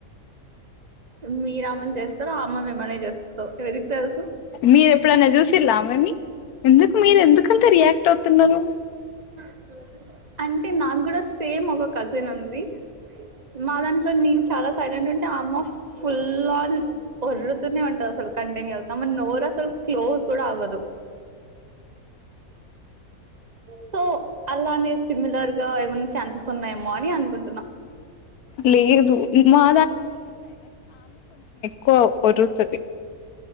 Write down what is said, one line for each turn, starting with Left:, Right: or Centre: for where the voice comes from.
Right: మీ రామన్ చేస్ స్తార అమ్మ మేమ్మనే చేస్త ఎవరికి తెలుసు
Left: మీరు ఎప్పుడైనా చూసిల్లా ఆమెని ఎందుకు మీరెందుకు కంత రియాక్ట్ అవుతున్నారు
Right: అ అంటే నాకు కూడా సేమ్ ఒక కజ్ నుంది మా దాన్ సో నేను చాలా సైలెంట్ ఉంటే ఆ అమ్మ ఫుల్ ఆన్ ఒర్రతూనే ఉంటది అసలు కంటిన్యూస్ అమ్ నోరు అసలు క్లోజ్ కూడా అవ్వదు సో అలానే సిమిలర్ గా ఏమనా ఛాన్సెస్ ఉన్నాయమ్మో అని అనుకుంటున్నా
Left: లేదు మా పో కోరుతాది